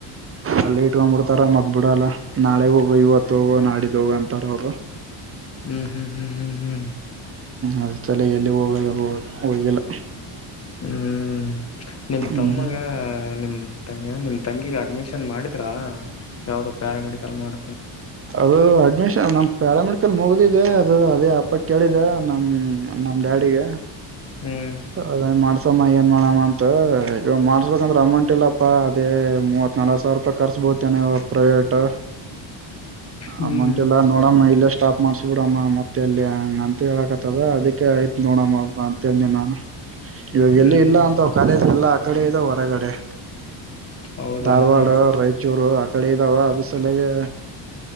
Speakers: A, on the right (about 30°); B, on the left (about 30°).
A: ಅಲ್ಲಿ ಇಟ್ಕೊಂಡ್ಬಿಡ್ತಾರ ಮದ್ ಬಿಡಲ್ಲ ನಾಳೆ ಹೋಗೋ ಇವತ್ತು ಹೋಗ ಮಾಡಿದೋಗಂತಾರ ಅವರು
B: ಹ್ಮ್ ಹ್ಮ್ ಹ್ಮ್ ಹ್ಮ್ ಹ್ಮ್
A: ಅ ತಲೆಯಲ್ಲಿ ಹೋಗೋದು ಹೋಗಿಲ್ಲ
B: ಹ್ಮ್ ನಿಮ್
A: ಹ್ಮ್
B: ತಮ್ಮಗ ನಿಮ ನಿಮ್ ತಂಗಿ ಅಡ್ಮಿಷನ್ ಮಾಡಿದ್ರಾ ಯಾವ್ದೋ ಪ್ಯಾರಾಮೆಡಿಕಲ್ ಮಾಡ
A: ಅದು ಅಣ ನಮ್ ಪ್ಯಾರಾಮೆಡಿಕಲ್ ಮುಗುದಿದೆ ಅದು ಅದೇ ಅಪ್ಪ ಕೇಳಿದೆ ನಮ್ ನಮ್ ಡ್ಯಾಡಿಗೆ
B: ಹ್ಮ್
A: ಅದ ಮಾಡಸ ಏನ್ ಮಾಡೋ ಅಂತ ಈಗ ಮಾಡ್ಸ್ಬೇಕಂದ್ರೆ ಅಮೌಂಟ್ ಇಲ್ಲಪ್ಪ ಅದೇ ಮೂವತ್ ನಲ್ವ ಸಾವಿರ ರೂಪಾಯಿ ಕರ್ಸ ಬತನವ ಪ್ರೈವೇಟ್
B: ಹ್ಮ್
A: ಅಮೌಂಟ್ ಎಲ್ಲ ನೋಡಮ್ಮ ಇಲ್ಲೇ ಸ್ಟಾಪ್ ಮಾಡ್ಸ ಬಿಡಮ್ಮ ಮತ್ತೆ ಅಲ್ಲಿ ಹೇಳಕತ್ತದ ಅದಕ್ಕೆ ಆಯ್ತು ನೋಡಮ್ಮ ಅಂತೇಿ ನಾನು ಇವಾಗ
B: ಹ್ಮ್
A: ಎಲ್ಲಿ ಇಲ್ಲ
B: ಹ್ಮ್
A: ಅಂತ ಕಾಲೇಜ್ಲ್ಲ ಆ ಕಡೆ ಇದಾವ ಹೊರಗಡೆ
B: ಹೌದನಾ
A: ಧಾರವಾಡ ರಾಯಚೂರು ಆ ಕಡೆ ಇದಾವ ಅದು ಸಲ್ಯಾಗೆ.